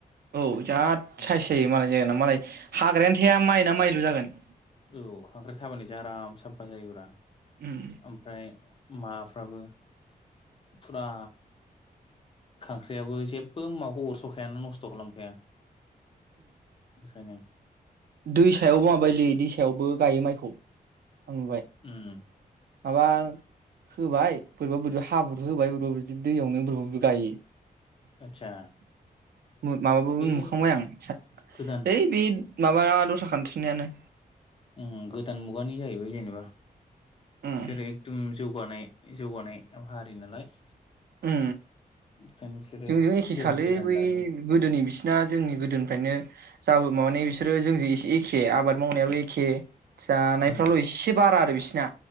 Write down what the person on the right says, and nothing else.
औ जाद
साय जायो मालाय जायोना मालाय हाग्रायानो थाया माइना माइ दु जागोन
उम
दै सायावबो माबायोलै दैसायावबो गायो माइखौ आं नुबाय
माबा होबाय बोरैबा बोरैबा हाब्रु होबाय बोरैबा बोरैबा दैयावनो बोरैबा गायो
माबाबाबो
नुखांबाय आं
ओइ बे माबा दस्रा खान्थ्रिनानो
उम
ओ
जोंजों एखे
खालै
बै
गोदोनि बिसिना जोंनि गोदोनिफ्रायनो जाबो माबानि बिस सोरो जोंजों एसे एखे आबाद मावनायाबो एखे जानायफ्राल
एसे बारा आरो बिसे या